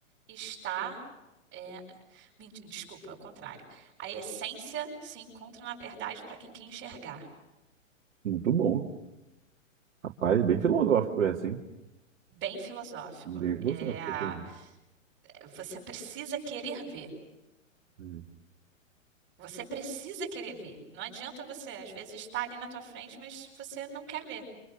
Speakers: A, on the right; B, on the right.
A: está. É, menti- desculpa, é o contrário. A essência se encontra na verdade para quem quer enxergar.
B: muito bom. Rapaz, bem filosófico é assim.
A: Bem filosófico.
B: Bem filosófico.
A: É, a-
B: assim.
A: você precisa querer ver.
B: Hum.
A: Você precisa querer ver. Não adianta você, às vezes, estar ali na tua frente, mas você não quer ver.